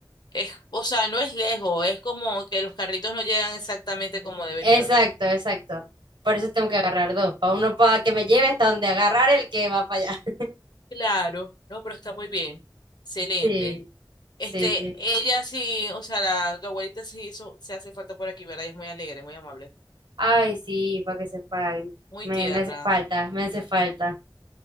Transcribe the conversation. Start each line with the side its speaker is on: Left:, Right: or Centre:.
Left: es, o sea, no es lejos, es como que los carritos no llegan exactamente como deberían.
Right: exacto, exacto. Por eso tengo que agarrar dos, para uno para que me lleve hasta donde agarrar el que va para allá. <laughs>
Left: Claro, no, pero está muy bien. Excelente.
Right: Sí,
Left: Este,
Right: sí, sí.
Left: ella sí, o sea, la, tu abuelita sí hizo, se hace falta por aquí, ¿verdad? Ella es muy alegre, muy amable,
Right: Ay, sí, para que sepa.
Left: muy
Right: Me,
Left: tierna.
Right: me hace falta, me hace falta.